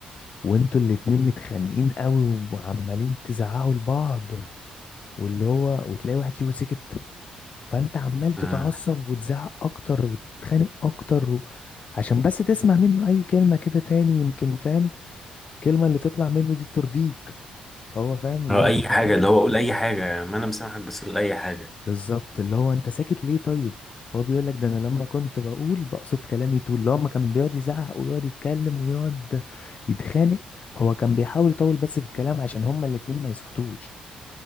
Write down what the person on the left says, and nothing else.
وانتوا الاتنين متخانقين قوي وعمالين تزعقوا لبعض واللي هو وتلاقي واحد فيكم سكت فانت عمال تتعصب
وتزعق اكتر وتتخانق اكتر و... عشان بس تسمع منه اي كلمة كده تاني يمكن فاهم الكلمة اللي تطلع منه دي ترضيك هو فاهم اللي
هو
بالظبط اللي هو انت ساكت ليه طيب هو بيقول لك ده انا لما كنت بقول بقصد كلامي طول اللي هو ما كان بيقعد يزعق ويقعد يتكلم ويقعد يتخانق هو كان بيحاول يطول بس في الكلام عشان هما الاتنين ما يسكتوش